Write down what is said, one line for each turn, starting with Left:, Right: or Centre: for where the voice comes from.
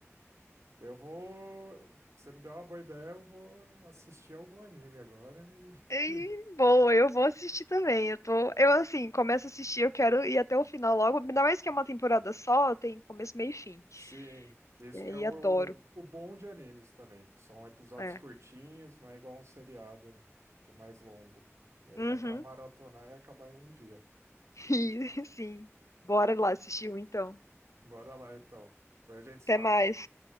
Right: Eu vou. Você me deu uma boa ideia, eu vou assistir algum anime agora
Left: E,
Right: e, <laughs>
Left: boa, eu vou assistir também. Eu tô, eu assim, começo a assistir, eu quero ir até o final logo, ainda mais que é uma temporada só, tem começo, meio e fim.
Right: Sim, isso
Left: E aí
Right: que é o,
Left: adoro.
Right: o bom de animes também, que são episódios
Left: É.
Right: curtinhos, não é igual um seriado que é mais longo. E aí
Left: Uhum.
Right: dá pra maratonar e acabar em um dia.
Left: E, <laughs> sim, bora lá assistir um então.
Right: Bora lá então. Depois a gente se
Left: Até
Right: fala.
Left: mais.